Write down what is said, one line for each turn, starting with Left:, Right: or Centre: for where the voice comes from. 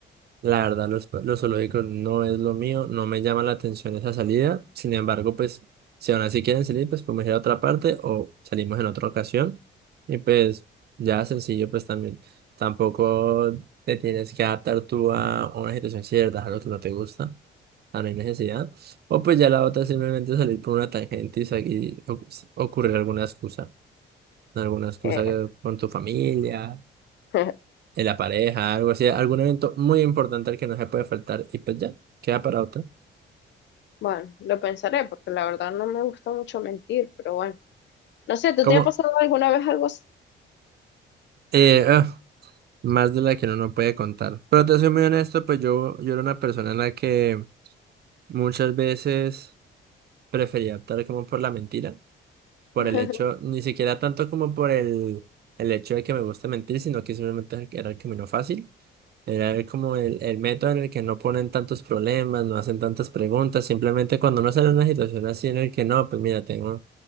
Right: La verdad, los, pa- los zoológicos no es lo mío, no me llama la atención esa salida. Sin embargo, pues, si aún así quieren salir, pues podemos ir a otra parte o salimos en otra ocasión. Y pues, ya sencillo, pues también tampoco te tienes que adaptar tú a una situación cierta, algo que no te gusta, a no hay necesidad. O pues ya la otra es simplemente salir por una tangente y, sa- y o- ocurrir alguna excusa, alguna excusa
Left: Eh,
Right: que- con tu familia
Left: <laughs>
Right: en la pareja, algo así, algún evento muy importante al que no se puede faltar y pues ya, queda para otra.
Left: Bueno, lo pensaré porque la verdad no me gusta mucho mentir, pero bueno. No sé, ¿tú
Right: Como,
Left: te ha pasado alguna vez algo así?
Right: eh, ah, más de la que uno no puede contar. Pero te soy muy honesto, pues yo, yo era una persona en la que muchas veces prefería optar como por la mentira, por
Left: <laughs>
Right: el hecho, ni siquiera tanto como por el, el hecho de que me gusta mentir, sino que simplemente era el camino fácil. Era como el, el método en el que no ponen tantos problemas, no hacen tantas preguntas, simplemente cuando uno sale en una situación así en el que no, pues mira, tengo,